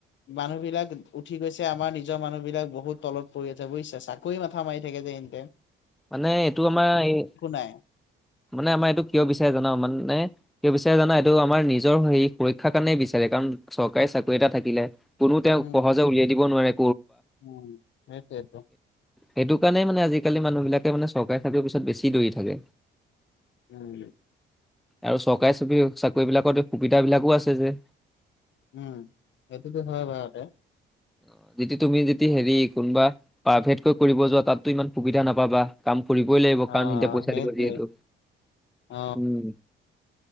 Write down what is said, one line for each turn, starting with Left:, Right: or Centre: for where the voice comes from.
Left: মানুহ বিলাক উঠি গৈছে আমাৰ নিজৰ মানুহ বিলাক বহুত তলত পৰি আছে বুজিছাছ। চাকৰি মাথা মাৰি থাকে যে এনীতায়েম
Centre: মানে এইটো আমাৰ এই
Left: নাই
Centre: মানে আমাৰ এইটো কিয় বিচাৰে জাননা মানে কিয় বিচাৰে জনাও এইটো আমাৰ নিজ নিজৰ সে সুৰক্ষাৰ কাৰণেই বিচাৰে কাৰণ চৰকাৰী চাকৰি এটা থাকিলে কোনো তেওঁক
Left: উম
Centre: সহজে উলিয়াই দিব নোৱাৰে
Left: উম সেইটোৱেতো
Centre: সেইণান ম থাকে মানে চৰকাৰে থাকেও পিছত বেছি দৌৰি থাকে
Left: উম
Centre: আৰু চৰকাৰী চাকৰি চাকৰিবিলাকত সুবিধাবিলাকো আছে যে
Left: উম সটোটোো হয় ভাৰতেে
Centre: অ যতিদি তুমি যদি হেৰি কোনোবা প্ৰাইভেটকৈ কৰিব যোৱা তাতো ইমান সুবিধা নাপাবা কাম ফুৰিবই লাগিব
Left: অ
Centre: কাৰণ সিহতিয়া পইচা
Left: সেইটোৱে
Centre: দিব যিহেতু
Left: অ
Centre: উম